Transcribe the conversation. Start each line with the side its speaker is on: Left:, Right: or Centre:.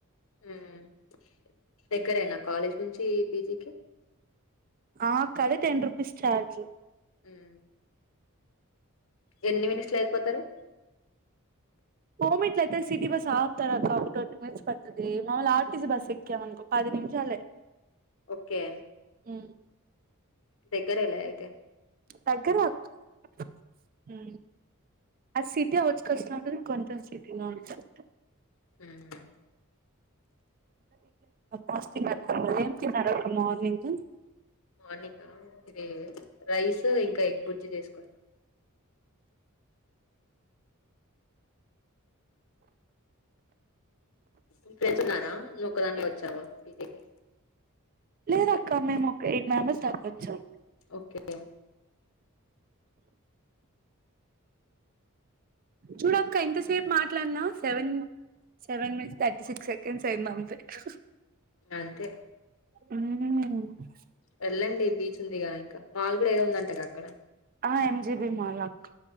Left: మ్మ్మ్మ్ దగ్గరేనా కాలేజ్ నుంచి పీ జి కి?
Right: ఆక్కలి టెన్ రుపీీస్ చార్జ్
Left: ఉమ్ ఎన్ని మినిట్స్ లో వెళ్ళిపోతరు.
Right: పోమెట్లయితే సిటీ బస్ ఆప్తారా ఒక పడుతుది మామలు ఆర్టిసి బస్ సవనుకో పాది నిమిషాలే
Left: ఓకే
Right: ఉ
Left: దగ్గరేలే అయితే
Right: దగ్గర ఆ అది సిటీ ఔట్ కట్స్ లో ఉంటది కొంచెం సిటీలా ఉంటది
Left: ఉహు
Right: వస్ మక ఎం తిన్నరక్క మార్నింగ్
Left: మార్నింగ్ ఆ ఇది రైస్ ఇంకా ఎగ్ బుర్జీ చేసుకోన్నము ఇ పెతున్నారా నువ్వుక్కదాన్న వచ్చావా పీజకి
Right: లేదక్క మేము ఒక ఎయిట్ మెంబెర్స్ దాకా వచ్చం
Left: ఓకే
Right: చూడక్క ఎంతసేపు మాట్లాడినా seven seven minutes thirty six seconds అయింది అంతే
Left: అంతే
Right: ఉ
Left: వెళ్ళండి బీచ్ ఉందిగా ఇంకా మాల్ కూడా ఏదో ఉందంట అక్కడ
Right: ఆ ఎం జిబి మాల్ మాల్ క